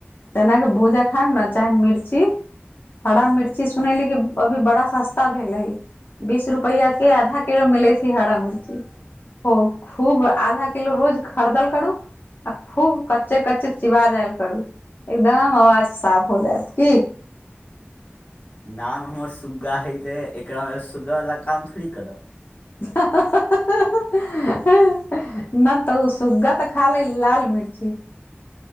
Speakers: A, on the left; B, on the left.
A: तनाकऽ भूजा खायब ने चाहे मिर्ची। हरा मिर्ची सुनैली, कि अभी बड़ा सस्ता भेल है। बीस रुपैआ के आधा किलो मिलै छै हरा मिर्ची। ह खूब आधा किलो रोज खरदल करू। आ खूब कच्चे-कच्चे चीबा जायल करू। एकदम आवाज साफ हो जायत की।
B: नाम हमर सुग्गा हइ रहै, एकरामें सुग्गावला काम थोड़ी करब।
A: हँ, हँ हं-हं। नहि तऽ ओ सुग्गा तऽ खा लै लाल मिर्ची।